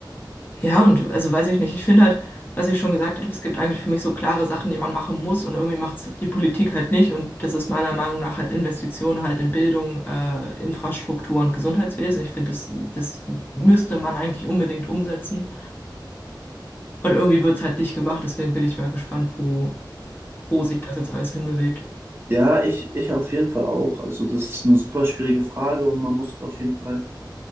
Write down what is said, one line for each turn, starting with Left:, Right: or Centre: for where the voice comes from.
Left: Ja, und also weiß ich nicht. Ich finde halt, was ich schon gesagt habe, es gibt eigentlich für mich so klare Sachen, die man machen muss und irgendwie macht es die Politik halt nicht. Und das ist meiner Meinung nach halt Investitionen halt in Bildung, äh, Infrastruktur und Gesundheitswesen. Ich finde, das, das müsste man eigentlich unbedingt umsetzen. Und irgendwie wird es halt nicht gemacht, deswegen bin ich mal gespannt, wo, wo sich das jetzt alles hinbewegt.
Right: Ja, ich, ich auf jeden Fall auch. Also das ist eine super schwierige Frage und man muss auf jeden Fall